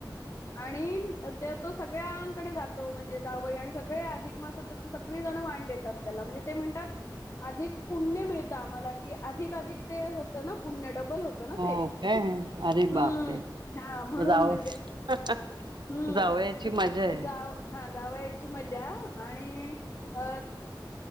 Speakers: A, on the left; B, on the right.
A: आणि ते तो सगळ्यांकडे जातो. म्हणजे जावंय आणि सगळे अधिक मासा ते सगळी जण वाांण देतात त्याला. म्हणजे ते म्हणतात अधिक पुण्य मिळत आम्हाला की अधिकधिक ते होत ना पुण्य. डबल होत ना
B: हो
A: ते
B: काय अरे
A: हम्म
B: बापरे
A: हा म्हणून
B: जाव
A: म्हणजे
B: <inaudible>
A: हम्म
B: जावयाची मजा आहे
A: जाव हा जावयाची मज जा्या आणि अ